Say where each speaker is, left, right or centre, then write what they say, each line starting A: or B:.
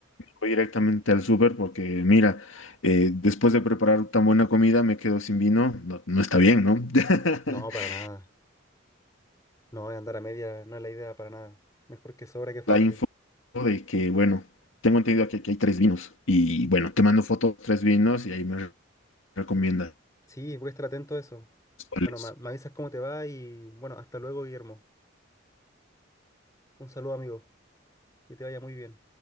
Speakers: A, on the left; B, on the left.
A: voy directamente al súper porque, mira, eh, después de preparar tan buena comida me quedo sin vino, no, no está bien, ¿no? <laughs>
B: No, para nada. No, andar a media no es la idea para nada. Mejor que sobra que falte.
A: la info de que, bueno, tengo entendido que aquí hay tres vinos y bueno, te mando fotos de tres vinos y ahí me re- recomiendas
B: Sí, voy a estar atento a eso.
A: cuáles.
B: Bueno, ma- me avisas cómo te va y bueno, hasta luego, Guillermo. Un saludo, amigo. Que te vaya muy bien.